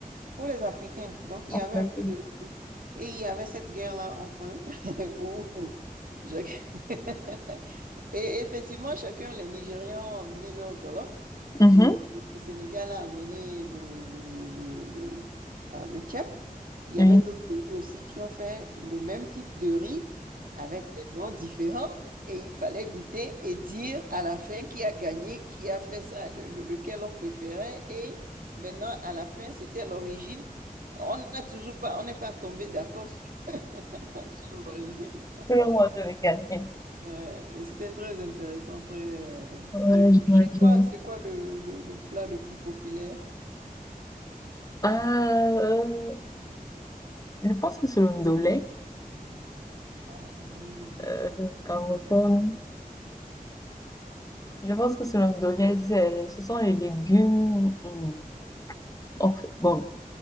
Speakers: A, on the right; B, on the left.
A: pour les Africains. Donc, il
B: En
A: y avait
B: fait,
A: un peu
B: euh,
A: de tout. Et il y avait cette guerre-là entre eux <laughs> où je- <laughs> Et effectivement, chacun, les Nigériens ont amené leur jollof.
B: mhm,
A: Le, le- Sénégal a amené le, le, le, le, ah, le tchèp. Il y
B: oui.
A: avait d'autres pays aussi qui ont fait le même type de riz avec des noms différents. Et il fallait goûter et dire à la fin qui a gagné, qui a fait ça, le- le- lequel on préférait. Et maintenant, à la fin, c'était l'origine. On n'a toujours pas, on n'est pas tombé d'accord <laughs> sur, sur l'origine.
B: Tout le monde devait gagner.
A: Ouais, c'était très intéressant, très, euh,
B: Ouais,
A: très cool.
B: j'imagine.
A: Chez toi, c'est quoi le, le, le plat le plus populaire?
B: Ah, Euh, je pense que c'est le ndolé,
A: Ah oui, j'ai
B: euh,
A: entendu
B: au
A: parler
B: Cameroun.
A: de ça.
B: Je pense que c'est le ndolé, c'est, ce sont les légumes, hmm, en fait, bon,